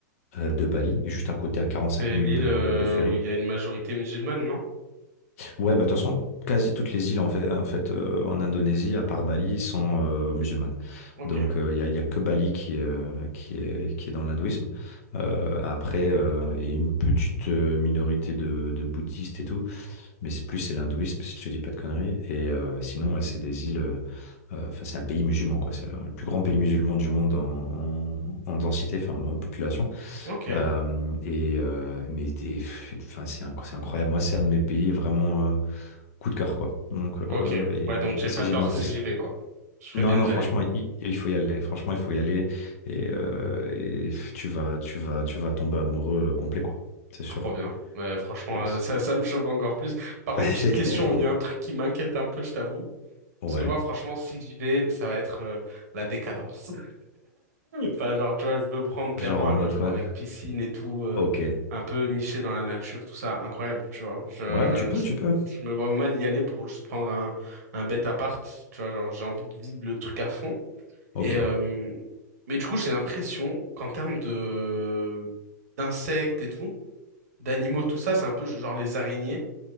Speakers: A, on the left; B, on the right.
A: euh, de Bali, juste à côté, à 45
B: C'est
A: minutes
B: l'île
A: de,
B: euh,
A: de ferry.
B: où il y a une majorité musulmane, non?
A: Ouais, bah, de toute façon, quasi toutes les îles en fait, en fait, euh, en Indonésie, à part Bali, sont euh, musulmanes.
B: Ok,
A: Donc, euh, il n'y a, y a que Bali qui est, euh, qui est, qui est dans l'hindouisme. Euh, après, euh, il y a une petite euh, minorité de, de bouddhistes et tout, mais c'est plus c'est l'hindouisme, si je te dis pas de conneries. Et euh, sinon, ouais, c'est des îles, euh, euh, enfin, c'est un pays musulman, quoi. C'est le plus grand pays musulman du monde en, en, en densité, enfin, en, en population.
B: ok,
A: Euh, et, euh, mais, et, pff, enfin, c'est inc- c'est incroyable. Moi, c'est un de mes pays vraiment. euh, coup de cœur, quoi. Donc,
B: ok.
A: euh, et,
B: Ouais, donc j'ai
A: et c'est
B: pas
A: gigantesque.
B: tort si j'y vais, quoi. Je ferais
A: Non,
B: bien
A: non,
B: d'y
A: franchement,
B: aller.
A: il, il faut y aller. Franchement, il faut y aller. Et, euh, et tu vas, tu vas, tu vas tomber amoureux euh, complet, quoi. C'est sûr.
B: Trop bien. Ouais, franchement,
A: Je sais pas,
B: euh,
A: c'est-
B: ça, ça me chauffe encore plus. Par contre,
A: <laughs>
B: petite question, il y a un truc qui m'inquiète un peu, je t'avoue.
A: Ouais.
B: Parce que moi, franchement, si j'y vais, ça va être euh, la décadence. Enfin, genre, tu vois, je veux prendre clairement
A: Genre en
B: un
A: mode
B: logement
A: quoi?
B: avec piscine et tout, euh,
A: Ok.
B: un peu niché dans la nature, tout ça, incroyable, tu vois. Je,
A: Ouais, tu peux,
B: je,
A: tu peux.
B: je me vois mal y aller pour juste prendre un, un bête appart, tu vois, genre, j'ai envie de vivre le truc à fond.
A: Ok.
B: Et, euh, mais du coup, j'ai l'impression qu'en termes de, d'insectes et tout, d'animaux, tout ça, c'est un peu genre les araignées.